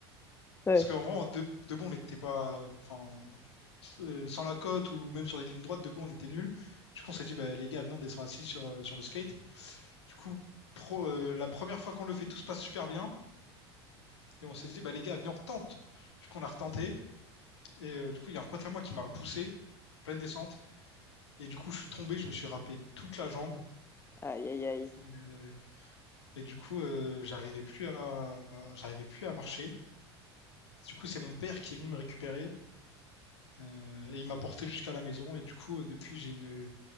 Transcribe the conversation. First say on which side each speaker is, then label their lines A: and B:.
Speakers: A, on the left; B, on the left.
A: Ouais.
B: Parce qu'en vrai, de, debout, on n'était pas. Enfin, euh, sans la côte ou même sur des lignes droites, debout, on était nul. Du coup, on s'est dit, bah, les gars, venez, on descend assis sur, euh, sur le skate. Du coup, pro- euh, la première fois qu'on le fait, tout se passe super bien. Et on s'est dit, bah, les gars, venez, on retente. Du coup, on a retenté. Et euh, du coup, il y a un pote à moi qui m'a poussé en pleine descente. Et du coup, je suis tombé, je me suis râpé toute la jambe.
A: Aïe, aïe, aïe.
B: Et, euh, et du coup, euh, j'arrivais plus à, à- j'arrivais plus à marcher. Du coup, c'est mon père qui est venu me récupérer. euh, et il m'a porté jusqu'à la maison. Et du coup, euh, depuis, j'ai une,